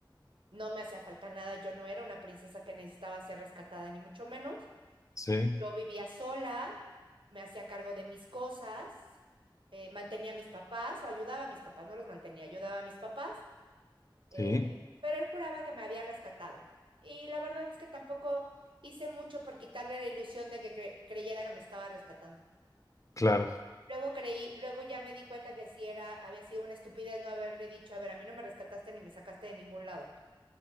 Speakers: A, on the right (about 75°); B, on the left (about 40°).
A: no me hacía falta nada, yo no era una princesa que necesitaba ser rescatada, ni mucho menos.
B: sí,
A: Yo vivía sola, me hacía cargo de mis cosas, eh, mantenía a mis papás o ayudaba a mis papás, no los mantenía, ayudaba a mis papás,
B: sí,
A: eh, pero él juraba que me había rescatado. Y la verdad es que tampoco hice mucho por quitarle la ilusión de que cre- creyera que me estaba rescatando.
B: claro,
A: Luego creí, luego ya me di cuenta que sí era, había sido una estupidez no haberle dicho, a ver, a mí no me rescataste ni me sacaste de ningún lado.